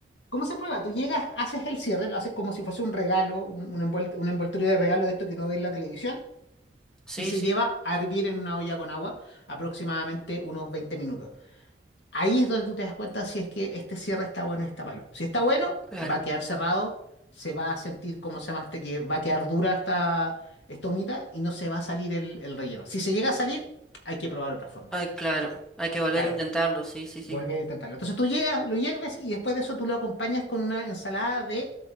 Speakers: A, on the left (about 85°); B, in the centre.
A: ¿Cómo se prueba? Tú llegas, haces el cierre, lo haces como si fuese un regalo, un, un envuelt- un envoltorio de regalo de esto que uno ve en la televisión,
B: Sí,
A: y se
B: sí,
A: lleva a hervir en una olla con agua aproximadamente unos 20 minutos. Ahí es donde tú te das cuenta si es que este cierre está bueno y está malo. Si está bueno,
B: claro.
A: va a quedar cerrado, se va a sentir, ¿cómo se llama este? Que va a quedar dura esta, esta humita y no se va a salir el, el relleno. Si se llega a salir, hay que probar otra forma.
B: Ay, claro. Hay que volver
A: Claro,
B: a intentarlo, sí, sí, sí.
A: volver a intentarlo. Entonces tú llegas, lo hierves y después de eso tú lo acompañas con una ensalada de